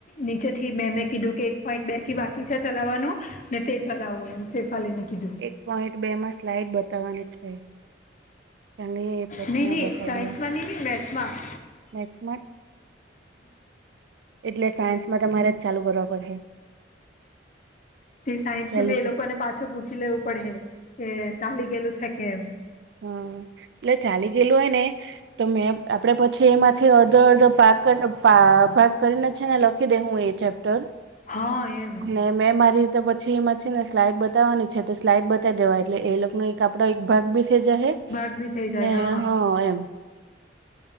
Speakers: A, on the left; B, on the right.
A: નીચેથી મેં મેં કીધું કે એક પોઈન્ટ બેસી બાકી છે ચલાવવાનો. ને તે ચલાવો એમ સેફાલીને કીધું.
B: એક પોઈન્ટ બે માં સ્લાઈડ બતાવવાની છે. ત્યાંની પછી
A: નહી
B: મેં
A: નહી
B: બતાવી
A: સાયન્સમાં
B: દઉ
A: નહી નહી મેથ્સમાં.
B: મેક્સ એટલે સાયન્સ માટે મારે જ ચાલુ કરવા પડહે.
A: તે સાયન્સ
B: પેલું
A: ન બી એ લોકોને પાછું પૂછી લેવું પડહે કે ચાલી ગયેલું છે કે એમ.
B: હમ એટલે ચાલી ગયેલું હોય ને. તો મેં આપડે પછી એમાંથી અડધો અડધો પાક ભાગ કરીને છે ને. લખી દે હું એ ચેપ્ટર
A: હા એમ
B: અને મેં મારી. તો પછી એમાં છે ને સ્લાઈડ બતાવાની છે તો સ્લાડ બતાવી દેવાય એટલે એ લોકોનો એક આપડો એક ભાગ બી. જ હ
A: ભાગ બી થઈ
B: ને
A: જાય
B: હા એમ.